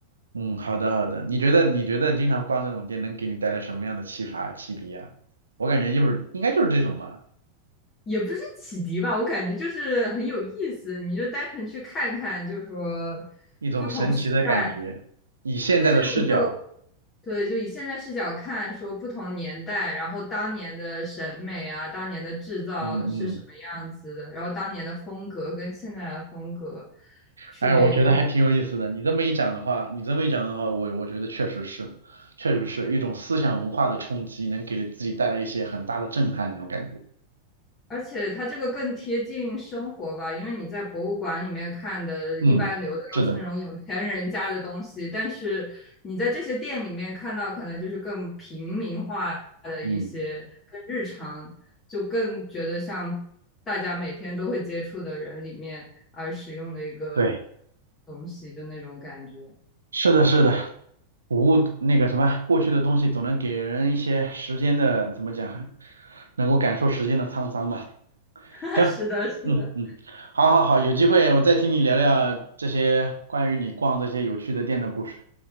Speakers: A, on the right; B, on the left.
A: 嗯，好的好的。你觉得你觉得经常逛这种店能给你带来什么样的启发启迪啊？我感觉就是应该就是这种吧，
B: 也不是启迪吧，我感觉就是很有意思，你就单纯去看看，就是说
A: 一种神奇的感觉，
B: 不同时代。
A: 以现在的视角，
B: 对，就你就对，就以现在视角看，说不同年代，然后当年的审美啊，当年的制造是什么样子的，
A: 嗯嗯
B: 然后当年的风格跟现在的风格区别又是。
A: 哎，我觉得还挺有意思的。你这么一讲的话，你这么一讲的话，我我觉得确实是，确实是一种思想文化的冲击，能给自己带来一些很大的震撼那种感觉。
B: 而且它这个更贴近生活吧，因为你在博物馆里面看的，
A: 嗯，
B: 一般留的都是那种有钱人家的东西，
A: 是的，
B: 但是你在这些店里面看到，可能就是更平民化的一些，
A: 嗯，
B: 更日常，就更觉得像大家每天都会接触的人里面而使用的一个
A: 对，
B: 东西，就那种感觉。
A: 是的，是的。古物那个什么，过去的东西总能给人一些时间的，怎么讲，能够感受时间的沧桑吧。
B: <laughs>
A: 行，
B: 是的，是的，
A: 嗯嗯，好好好，有机会我再听你聊聊这些关于你逛这些有趣的店的故事，